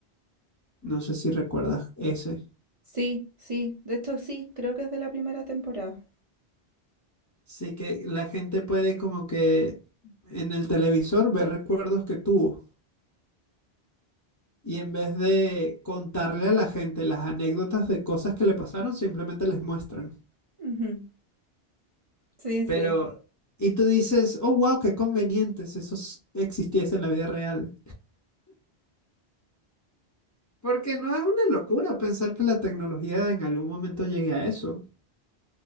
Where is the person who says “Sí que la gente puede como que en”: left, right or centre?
Left